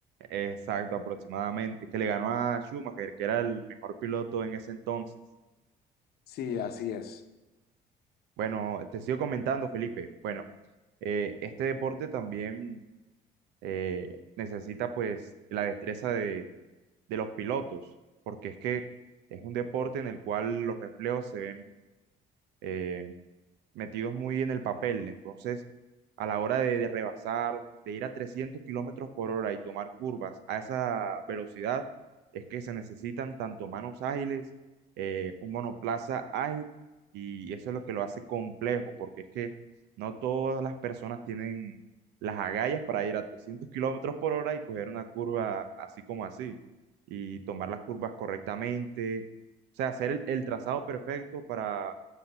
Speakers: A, on the right; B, on the left.
A: Exacto, aproximadamente, que le ganó a Schumacher, que era el mejor piloto en ese entonces.
B: Sí, así es.
A: Bueno, te sigo comentando, Felipe. Bueno, eh, este deporte también eh, necesita pues la destreza de, de los pilotos, porque es que es un deporte en el cual los reflejos se ven eh, metidos muy en el papel. Entonces, a la hora de, de rebasar, de ir a 300 kilómetros por hora y tomar curvas a esa velocidad, es que se necesitan tanto manos ágiles, eh, un monoplaza ágil, y eso es lo que lo hace complejo, porque es que no todas las personas tienen las agallas para ir a 300 kilómetros por hora y coger una curva así como así, y tomar las curvas correctamente. O sea, hacer el, el trazado perfecto para